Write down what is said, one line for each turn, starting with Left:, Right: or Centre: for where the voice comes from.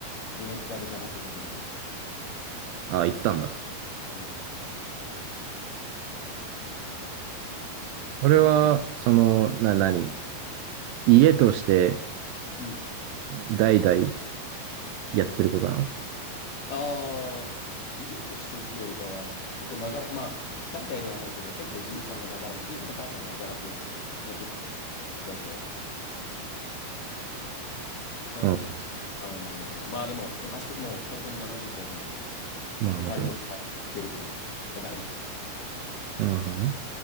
Left: 解熱剤で騙して突撃してきて、
Right: ああ、行ったんだ。
Left: うん、できました。い実は副会
Right: 俺は、その、
Left: はい
Right: な、何家として
Left: うん。
Right: 代々やってることなの
Left: ああ、家としてっていうよりかは、結構長らく、まあ、代々ではないけど、結構じいちゃんが長らく、じいちゃんのばあちゃんが長らくやってて、副会長は。そうそうそう。なんで、
Right: うん。
Left: あのーまあでも、その足こ、もう二人とも70後半なんで、
Right: まあ、
Left: まあ、
Right: もちろん。
Left: 代わりに行ってるって感じですかね。まあ代理で。
Right: なるほどね。